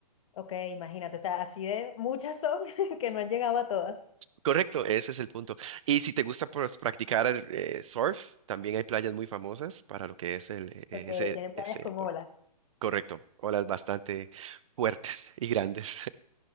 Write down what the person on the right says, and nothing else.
Correcto, ese es el punto. Y si te gusta pues, practicar eh, surf, también hay playas muy famosas para lo que es el, eh, ese,
ese
deporte.
Correcto, olas bastante fuertes y grandes.